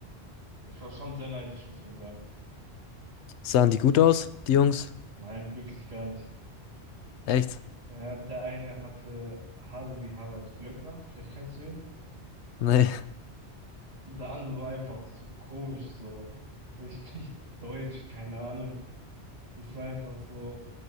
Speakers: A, on the right (about 70°); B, on the left (about 80°).
A: Ich war schon sehr neidisch, muss man sagen.
B: Sahen die gut aus, die Jungs?
A: Nein, wirklich gar nicht.
B: Echt? <laughs>
A: Ja, der eine hatte Haare wie Harald Glöckner, vielleicht kennst du ihn.
B: Nee.
A: Und der andere war einfach so komisch, so richtig <laughs> deutsch, keine Ahnung. Es war einfach so,